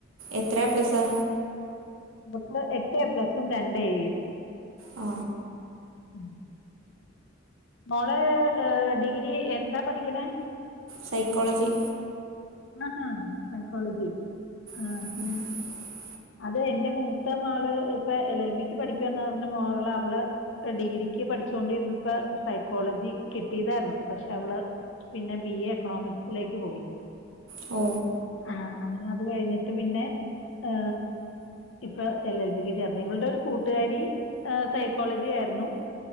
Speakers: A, on the right (about 85°); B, on the left (about 70°).
A: എത്ര പ്ലസാ
B: <unintelligible> എട്ട് എ പ്ലസും രണ്ട് എ യും
A: ആ
B: <inaudible> മോളെ ഏ ഡിഗ്രി എന്താ പഠിക്കണേ
A: സൈക്കോളജി
B: ആ ആ സൈക്കോളജി ആ
A: <inaudible>
B: അതേ എൻ്റെ മൂത്ത മോള് ഇപ്പൊ എൽ എൽ ബിക്ക് പഠിക്കുവന്ന് പറഞ്ഞ മോകള് അവള് ഡിഗ്രി- പഠിച്ചോണ്ടിരുന്നപ്പ സൈക്കോളജി കിട്ടിയതായിരുന്നു പക്ഷെ അവള് പിന്നെ ബി എ എക്കണോമിക്സിലേക്ക് പോയി
A: ഓ
B: ആ അങ്ങനെ അത് കഴിഞ്ഞിട്ട് പിന്നെ ആ ഇപ്പൊ എൽ എൽ ബിക്ക് ചേർന്നേ ഇവളുടെ ഒരു കൂട്ടുകാരി ആ സൈക്കോളജി ആയിരുന്നു